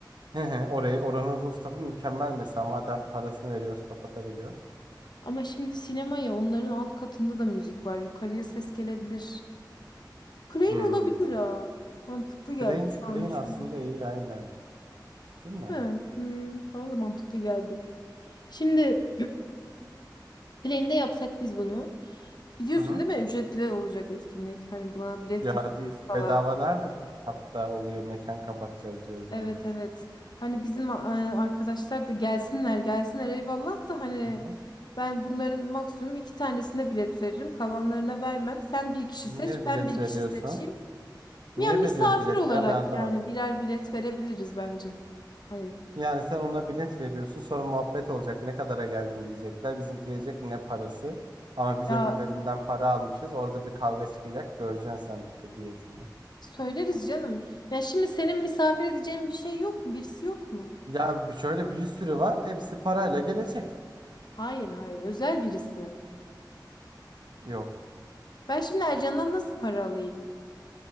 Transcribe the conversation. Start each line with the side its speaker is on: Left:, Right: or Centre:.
Right: Hı hı, Orayı oranın rooftop'u mükemmel mesela madem parasını veriyoruz kapatabiliyoruz.
Left: Ama şimdi sinema ya onların alt katında da müzik var. Yukarıya ses gelebilir. Klein
Right: Hmm.
Left: olabilir ha. Mantıklı geldi
Right: Klein,
Left: şu
Right: Klein
Left: an düşününce.
Right: aslında iyi aynen. Değil mi?
Left: Değil mi? Hmm, bana da mantıklı geldi. Şimdi Plane'de yapsak biz bunu. Biliyorsun
Right: Hı hı.
Left: değil mi? Ücretli olacak etkinlik. Hani buna bilet
Right: Ya
Left: keseceğiz
Right: d-
Left: falan.
Right: bedava nerede? bu Hatta oluyor mekan kapatacağız diyoruz
Left: Evet
Right: yani.
Left: evet. Hani bizim e, arkadaşlar da gelsinler gelsinler eyvallah da hani
Right: Hı hı.
Left: ben bunların maksimum iki tanesine bilet veririm. Kalanlarına vermem. Sen bir kişi
Right: Niye
Left: seç, ben
Right: bilet
Left: bir
Right: veriyorsun?
Left: kişi seçeyim.
Right: Niye
Left: Ya misafir
Right: veriyoruz bilet
Left: olarak
Right: ya ben anlamadım.
Left: yani birer bilet verebiliriz bence. Hani
Right: Yani sen ona bilet veriyorsun sonra muhabbet olacak ne kadara geldin diyecekler. Bizimki diyecek ki ne parası. Ama biz
Left: ya
Right: öbürlerinden para almışız. Orada bir kavga çıkacak. Göreceksin sen hediye etmeyi.
Left: söyleriz canım. Ya şimdi senin misafir edeceğin bir şey yok mu? Birisi yok mu?
Right: Ya bir- şöyle bir sürü var. Hepsi parayla gelecek.
Left: Hayır hayır özel birisi.
Right: Yok.
Left: Ben şimdi Ercan'dan nasıl para alayım?